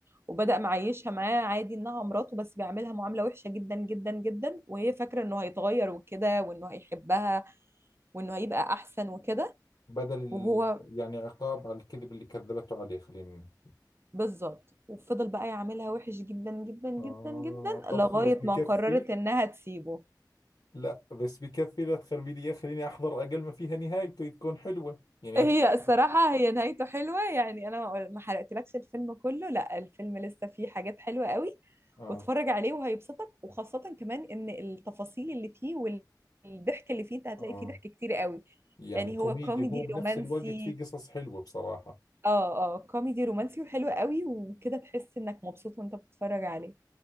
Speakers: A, on the right (about 35°); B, on the left (about 70°).
A: وبدأ معيشها معاه عادي انها مراته بس بيعملها معاملة وحشة جدا جدا جدا وهي فاكرة انه هيتغير وكده وانه هيحبها وانه هيبقى احسن وكده
B: بدل ال-
A: وهو
B: يعني عقاب على الكذب اللي كذبته عليه خلينا نقول.
A: بالظبط وفضل بقى يعاملها وحش جدا جدا جدا
B: آه
A: جدا
B: طب
A: لغاية
B: خلص بكفي
A: ما قررت انها تسيبه
B: لا بس بكفي لا تخربي لي إياه. خليني أحضر أقل ما فيها نهايته تكون حلوة يعني
A: هي
B: أتفاجئ
A: الصراحة هي نهايته حلوة يعني أنا ما ما حرقتلكش الفيلم كله لا الفيلم لسه فيه حاجات حلوة قوي
B: آه
A: واتفرج عليه وهيبسطك وخاصة كمان إن التفاصيل اللي فيه والضحك اللي فيه أنت هتلاقي
B: آه
A: فيه ضحك كتير قوي
B: يعني
A: يعني
B: كوميدي
A: هو كوميدي
B: هو بنفس
A: رومانسي
B: الوقت في قصص حلوة بصراحة
A: اه اه كوميدي رومانسي وحلو قوي وكده تحس إنك مبسوط وأنت بتتفرج عليه